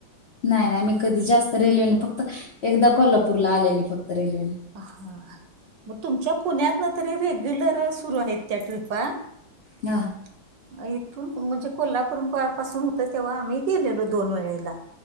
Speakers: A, on the left (about 45°); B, on the right (about 65°).
A: नाही नाही मी कधी जास्त रेल्वेने फक्त एकदा कोल्हापूरला आलेली फक्त रेल्वेने.
B: ह हा! मग तुमच्या पुण्यातन तरी रेग्युलर सुरू आहेत त्या ट्रिपा.
A: हा!
B: <inaudible> इथून म्हणजे कोल्हापूर पासून होतं तेव्हा आम्ही गेलेलो दोन वेळेला.